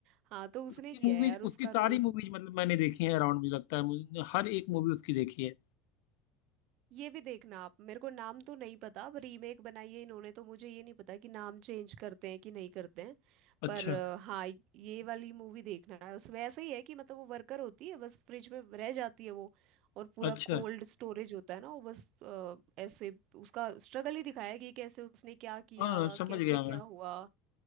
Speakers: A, on the right; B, on the left.
A: हाँ तो उसने
B: उसकी
A: किया
B: मूवीज
A: है यार उसका
B: उसकी सारी
A: रोल
B: मूवीज मतलब मैंने देखी है अराउंड मुझे लगता है मुझे हर एक मूवी उसकी देखी है
A: ये भी देखना आप मेरे को नाम तो नहीं पता अब रीमेक बनाई है इन्होंने तो मुझे ये नहीं पता कि नाम चेंज करते हैं कि नहीं करते हैं
B: अच्छा
A: पर अ, हाँ ये वाली मूवी देखना है उसमें ऐसा ही है कि मतलब वो वर्कर होती है बस फ्रिज में रह जाती है वो और पूरा
B: अच्छा
A: कोल्ड स्टोरेज होता है ना वो बस अ, ऐसे उसका स्ट्रगल ही दिखाया है कि कैसे उसने क्या किया
B: हाँ समझ
A: कैसे
B: गया
A: क्या
B: मैं
A: हुआ